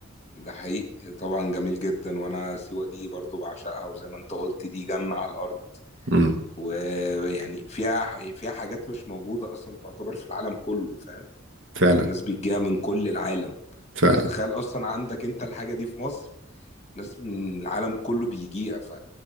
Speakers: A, on the left; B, on the right.
A: ده حقيقي طبعا جميل جدا وانا سيوة دي برضو بعشقها وزي ما انت قلت دي جنة على الارض
B: امم
A: ويعني فيها فيها حاجات مش موجودة اصلا تعتبر في العالم كله فاهم
B: فعلا
A: يعني الناس بتجيها من كل العالم
B: فعلا
A: فانت تخيل اصلا عندك انت الحاجه دي في مصر ناس من العالم كله بيجيها ف...